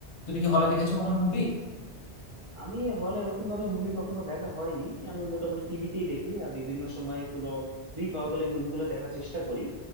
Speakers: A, on the left (about 80°); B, on the right (about 45°).
A: তুমি কি হলে দেখেছো কখনো মুভি
B: আমি হলে ওরকম ভাবে মুভি কখনো দেখা হয়নি আমি মোটামুটি টিভিতেই দেখি আর বিভিন্ন সময় কোনো ফ্রি পাওয়া গেলে মুভিগুলো দেখার চেষ্টা করি